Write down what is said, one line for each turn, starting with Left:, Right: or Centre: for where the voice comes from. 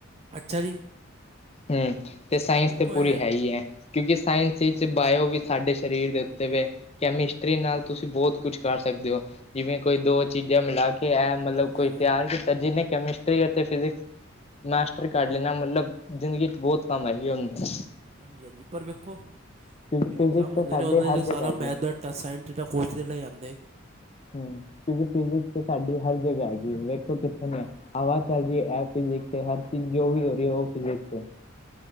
Right: ਅੱਛਾ ਜੀ।
Left: ਹੂੰ, ਤੇ ਸਾਇੰਸ
Right: ਪਰ ਵੇਖੋ
Left: ਤੇ ਪੂਰੀ ਹੈ ਈ ਐ,
Right: ਹੂੰ,
Left: ਕਿਉਕਿ ਸਾਇੰਸ
Right: ਪਰ ਵੇਖੋ
Left: ਈਚ ਤੇ ਬਾਏਓ ਵੀ ਸਾਡੇ ਸ਼ਰੀਰ
Right: ਹੂੰ
Left: ਦੇ ਉੱਤੇ
Right: ਹੂੰ
Left: ਵੇ।
Right: ਹੂੰ
Left: ਕੈਮਿਸਟ੍ਰੀ ਨਾਲ ਤੁਸੀਂ ਬੋਤ ਕੁਛ ਕਰ ਸਕਦੇ ਓ, ਜਿਵੇਂ ਕੋਈ ਦੋ ਚੀਜ਼ਾਂ ਮਿਲਾ਼ ਕੇ ਏ ਆ ਮਲੱਬ
Right: ਹੂੰ ਹੂੰ
Left: ਕੋਈ
Right: ਹੂੰ
Left: ਤੇਆਰ ਕੀਤਾ ਜਿਨੇ ਕੈਮਿਸਟ੍ਰੀ ਅਤੇ ਫਿਜਿ਼ਕਸ, ਮਾਸਟਰੀ ਕਢ ਨਾ ਮਤਲਬ ਜ਼ਿੰਦਗੀ ਚ ਬੋਤ ਕੰਮ ਆ ਹੁੰਦਾ।
Right: ਹਾਂਜੀ-ਹਾਂਜੀ, ਪਰ ਵੇਖੋ
Left: ਕਿਉਂਕਿ
Right: ਜਿਵੇਂ
Left: ਫਿਜਿਕਸ
Right: ਐਗਜ਼ਾਮ
Left: ਤਾਂ
Right: ਹੋਂਦੇ
Left: ਸਾਡੇ
Right: ਨੇ ਓਨਾਂ
Left: ਹਰ
Right: 'ਚ ਸਾਰਾ
Left: ਜਗ੍ਹਾ ਹੈਗੀ
Right: ਮੈਥ
Left: ਹੈ
Right: ਦਾ ਤਾਂ ਸਾਇੰਸ <unintelligible> ਕੋਰਸ ਦੇ ਲੇ ਜਾਂਦੇ।
Left: ਹੂੰ, ਕਿਉਂਕਿ ਫਿਜਿਕਸ ਤੇ ਸਾਡੀ ਹਰ ਜਗਾ
Right: ਹਾਂ
Left: ਹੈਗੀ
Right: ਹਾਂਜੀ
Left: ਏ ਵੇਖੋ ਕਿੱਥੇ <unintelligible> ਆਵਾਜ਼ ਚੱਲ ਰਈ ਐ ਫਿਜਿਕਸ ਤੇ ਹਰ ਚੀਜ
Right: ਹੂੰ ਹੂੰ
Left: ਜੋ ਵੀ ਹੋ ਰਈ ਐ ਓ ਫਿਜਿਕਸ ਤੇ